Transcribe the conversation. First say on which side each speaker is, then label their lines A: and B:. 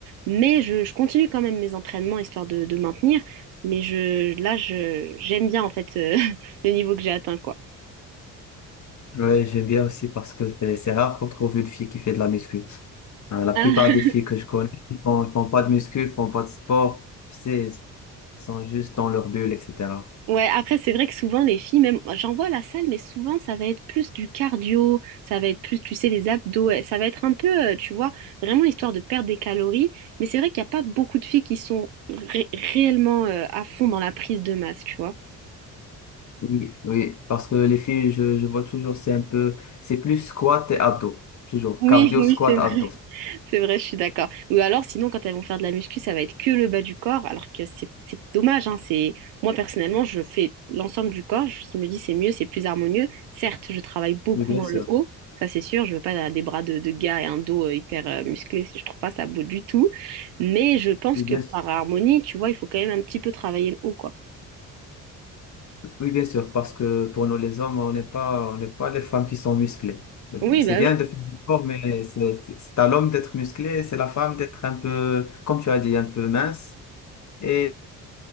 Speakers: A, on the right; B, on the left.
A: mais je, je continue quand même mes entraînements histoire de, de maintenir. Mais je, là, je, j'aime bien en fait euh, <laughs> le niveau que j'ai atteint, quoi.
B: Ouais, j'aime bien aussi parce que c'est c'est rare qu'on trouve une fille qui fait de la muscu. Hein, la plupart
A: <laughs>
B: des filles que je connais, ils font, ils font pas de muscu, ils font pas de sport. Tu sais, Ils sont juste dans leur bulle, etc.
A: Ouais, après, c'est vrai que souvent, les filles, même, j'en vois à la salle, mais souvent, ça va être plus du cardio, ça va être plus, tu sais, les abdos, euh, ça va être un peu, euh, tu vois, vraiment histoire de perdre des calories. Mais c'est vrai qu'il n'y a pas beaucoup de filles qui sont ré- réellement, euh, à fond dans la prise de masse, tu vois.
B: Oui, oui, parce que les filles, je, je vois toujours, c'est un peu, c'est plus squat et abdos, toujours,
A: Oui,
B: cardio,
A: oui,
B: squat,
A: c'est
B: abdos.
A: C'est vrai, je suis d'accord. Ou alors, sinon, quand elles vont faire de la muscu, ça va être que le bas du corps, alors que c'est c'est dommage, hein, c'est... Moi, personnellement, je fais l'ensemble du corps. Je me dis, c'est mieux, c'est plus harmonieux. Certes, je travaille beaucoup
B: Oui, bien
A: moins
B: sûr.
A: le haut. Ça, c'est sûr. Je veux pas des bras de, de gars et un dos euh, hyper euh, musclé. Je trouve pas ça beau du tout. Mais je pense
B: Oui,
A: que
B: bien
A: par
B: sûr.
A: harmonie, tu vois, il faut quand même un petit peu travailler le haut, quoi.
B: Oui, bien sûr, parce que pour nous les hommes, on n'est pas, on n'est pas les femmes qui sont musclées.
A: Oui,
B: C'est
A: bah
B: bien
A: oui.
B: de faire du sport, mais c'est c'est- à l'homme d'être musclé, c'est la femme d'être un peu, comme tu as dit, un peu mince et,